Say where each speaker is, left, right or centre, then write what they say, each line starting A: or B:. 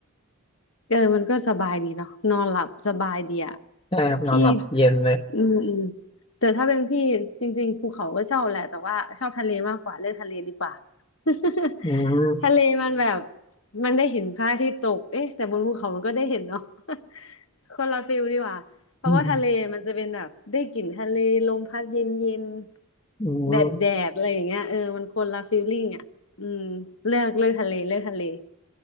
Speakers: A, on the left; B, on the left.
A: เออมันก็สบายดีเนาะนอนหลับสบายดีอ่ะ
B: ใช่ครับนอนหลับเย็นเลย
A: พี่อืมอืมแต่ถ้าเป็นพี่จริงๆภูเขาก็ชอบแหละแต่ว่าชอบทะเลมากกว่าเลือกทะเลดีกว่า <laughs>
B: อืม
A: ทะเลมันแบบมันได้เห็นพระอาทิตย์ตกเอ๊ะแต่บนภูเขามันก็ได้เห็นเนาะ <laughs> คนละฟิลดีกว่าเพราะว่าทะเลมันจะเป็นแบบได้กลิ่นทะเลลมพัดเย็นๆยน
B: อืมอืม
A: แดดแดดอะไรอย่างเงี้ยเออมันคนละฟิลลิ่งอ่ะอืมเลือกเลือกทะเลเลือกทะเล